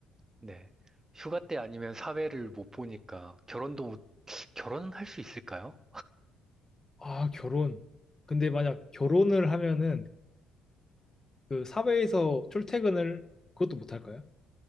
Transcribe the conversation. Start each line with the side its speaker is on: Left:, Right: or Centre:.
Right: 네. 휴가 때 아니면 사회를 못 보니까 결혼도 못, 결혼은 할 수 있을까요?
Left: 아, 결혼. 근데 만약 결혼을 하면은, 그, 사회에서 출퇴근을, 그것도 못 할까요?